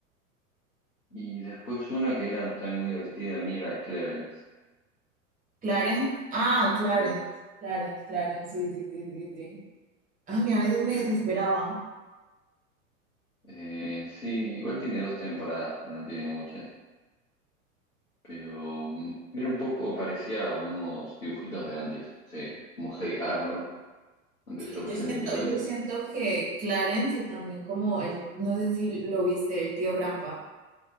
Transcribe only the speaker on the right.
Clarence, ah, Clarence,
Clarence, Clarence, sí, sí, sí, sí, sí. A mí a veces me
desesperaba.
Y
yo
siento,
yo siento que Clarence y también como el, no sé si lo viste, el tío Grampa.